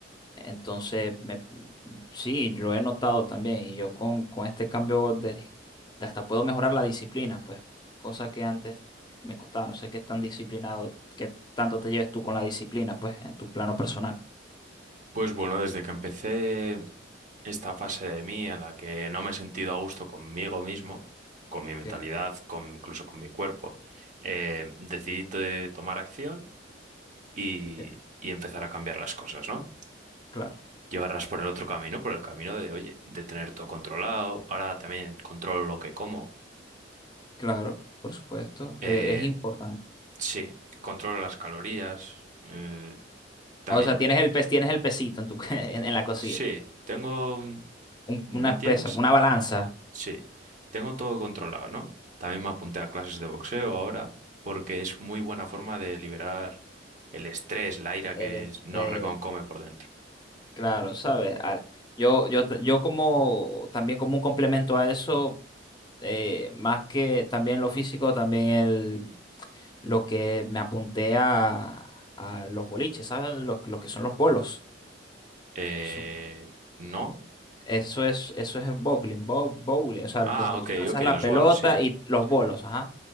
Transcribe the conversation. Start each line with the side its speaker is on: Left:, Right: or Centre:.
Left: Entonces, me, sí, lo he notado también. Y yo con, con este cambio de, hasta puedo mejorar la disciplina, pues, cosa que antes me costaba. No sé qué tan disciplinado, qué tanto te lleves tú con la disciplina, pues, en tu plano personal.
Right: Pues bueno, desde que empecé... esta fase de mí en la que no me he sentido a gusto conmigo mismo, con mi
Left: Ok,
Right: mentalidad, con, incluso con mi cuerpo, eh, decidí to- tomar acción y,
Left: ok.
Right: y empezar a cambiar las cosas, ¿no?
Left: Claro,
Right: Llevarlas por el otro camino, por el camino de, oye, de tener todo controlado. Ahora también controlo lo que como.
Left: claro, por supuesto.
Right: Eh,
Left: eh, es importante.
Right: sí, controlo las calorías. eh, también,
Left: O sea, tienes el pes, tienes el pesito en tu, <laughs> en, en la cocina.
Right: sí, tengo,
Left: Un-
Right: ¿me
Left: una
Right: entiendes?
Left: pesa, una balanza.
Right: Sí, tengo todo controlado, ¿no? También me apunté a clases de boxeo ahora porque es muy buena forma de liberar el estrés, la ira
Left: El,
Right: que
Left: este,
Right: nos reconcome por dentro.
Left: Claro, sabes. Ah, yo, yo, t- yo como también como un complemento a eso. eh, más que también lo físico, también el, lo que me apunté a, a los boliches, ¿sabes? Los, los que son los bolos.
Right: Eh,
Left: Su-
Right: ¿no?
Left: eso es, eso es el bowling, bow- bowling, o sea,
Right: Ah,
Left: donde
Right: ok,
Left: tú lanzas
Right: ok,
Left: la
Right: los
Left: pelota
Right: bolos, sí.
Left: y los
Right: Sí.
Left: bolos, ajá,